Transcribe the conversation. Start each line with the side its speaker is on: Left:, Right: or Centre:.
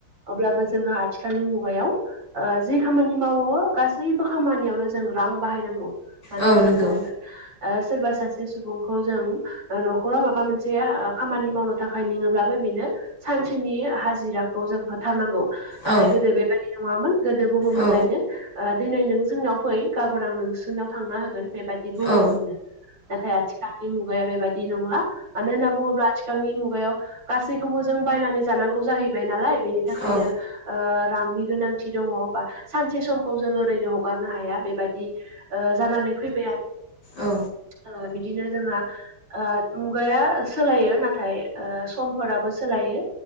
Right: अब्लाबो जोंहा आथिखालनि मुगायाव ओ जिे खामानि मावो गासैबो खामानियावनो जों रां बाहायनांगौ। मानो
Left: औ
Right: होनना
Left: नंगौ
Right: बुङोब्ला सोरबा सासे सुबुंखौ जों न'खराव माबा मोनसे खामानि मावनो थाखाय लिङोब्लाबो बेनो सानसेनि हाजिराखौ जों थारनांगौ नाथाय
Left: औ
Right: गोदो बेबायाददि नङामोन गोदो बुङोमोनलायनो
Left: औ
Right: दिनै नों जोंनाव फै गाबोन आ नोंसोरनिाव थांना होगोन बेबायदि बिदि बुङोमोननो
Left: औ
Right: नाथाय आथिखालनि मुगाया बेबायाददि नंला मानो होनना आथिखालनि मुगायाव गासैखौबो बायनानै जानांगौ जाहैबाय नालाय बेनि खायनो
Left: औ
Right: ओ रांनि गोनांथि दङ बा सानसे समखौ जों ओरैनो हगारनो हाया बेबायदि ओ जानानै फैबाय आरो
Left: औ
Right: ओ बिदिनो जोंहा ओ मुगाया सोलायो नाथाय ओ समफोराबो सोलायो।